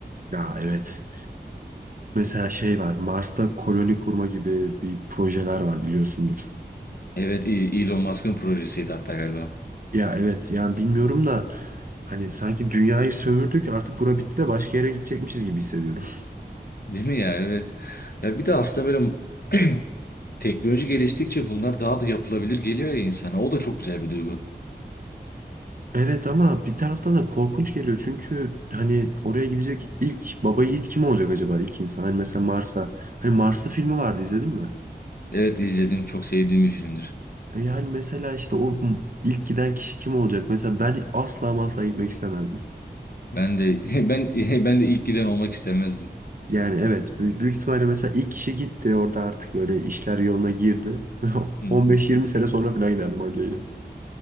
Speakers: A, on the right (about 55°); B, on the left (about 60°).
A: Ya evet. Mesela şey var Mars'ta koloni kurma gibi bir projeler var biliyorsundur.
B: Evet, E- Elon Musk'ın projesiydi hatta galiba.
A: Ya evet yani bilmiyorum da hani sanki dünyayı sömürdük artık bura bitti de başka yere gidecekmişiz gibi hissediyorum. <laughs>
B: Değil mi ya? Evet. Ya bir de aslında böyle <clears throat> teknoloji geliştikçe bunlar daha da yapılabilir geliyor ya insana. O da çok güzel bir duygu.
A: Evet ama bir taraftan da korkunç geliyor çünkü hani oraya gidecek ilk baba yiğit kim olacak acaba ilk insan? Hani mesela Mars'a hani Marslı filmi vardı izledin mi?
B: Evet izledim. Çok sevdiğim bir filmdir.
A: E, Yani mesela işte o ilk giden kişi kim olacak? Mesela ben asla ama asla gitmek istemezdim.
B: Ben de <laughs> ben ben de ilk giden olmak istemezdim.
A: Yani evet büyük, büyük ihtimalle mesela ilk kişi gitti orada artık böyle işler yoluna girdi. <laughs>
B: Hı hı.
A: 15-20 sene sonra falan giderdim ancayla.